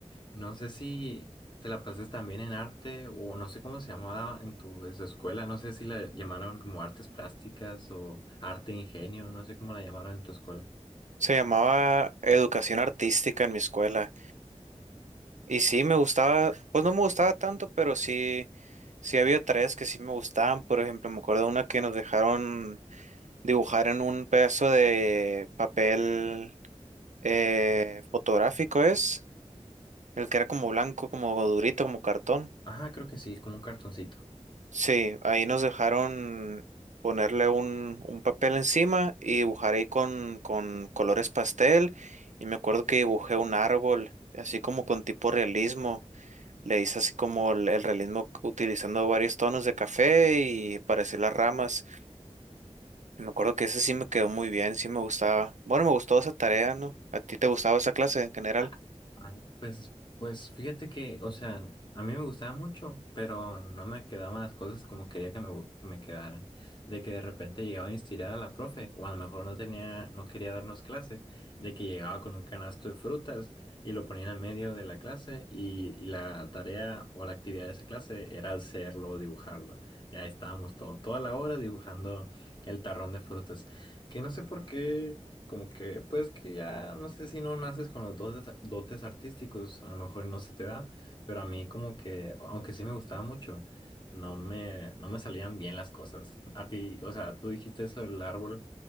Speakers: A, on the left; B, on the right.
A: No sé si te la pases también en arte o no sé cómo se llamaba en tu, en tu escuela, no sé si la llamaron como artes plásticas o arte ingenio, no sé cómo la llamaron en tu escuela.
B: Se llamaba educación artística en mi escuela. Y sí me gustaba, pues no me gustaba tanto, pero sí, sí había tareas que sí me gustaban. Por ejemplo, me acuerdo una que nos dejaron dibujar en un pedazo de papel eh, fotográfico, es, el que era como blanco, como durito, como cartón.
A: Ajá, creo que sí, como un cartoncito.
B: Sí, ahí nos dejaron ponerle un, un papel encima y dibujar ahí con, con colores pastel. Y me acuerdo que dibujé un árbol, así como con tipo realismo. Le hice así como el, el realismo utilizando varios tonos de café y para hacer las ramas. Y me acuerdo que ese sí me quedó muy bien, sí me gustaba. Bueno, me gustó esa tarea, ¿no? ¿A ti te gustaba esa clase en general?
A: Ah, ah, Pues, pues fíjate que, o sea, a mí me gustaba mucho, pero no me quedaban las cosas como quería que me, gu- que me quedaran. De que de repente llegaba a instigar a la profe, o a lo mejor no tenía, no quería darnos clase, de que llegaba con un canasto de frutas y lo ponía en el medio de la clase y, y la tarea o la actividad de esa clase era hacerlo, dibujarlo. Y ahí estábamos todo, toda la hora dibujando el tarrón de frutas. Que no sé por qué. Como que, pues que ya, no sé si no naces con los dotes, dotes artísticos, a lo mejor no se te da, pero a mí como que, aunque sí me gustaba mucho, no me, no me salían bien las cosas. A ti, o sea, tú dijiste eso del árbol,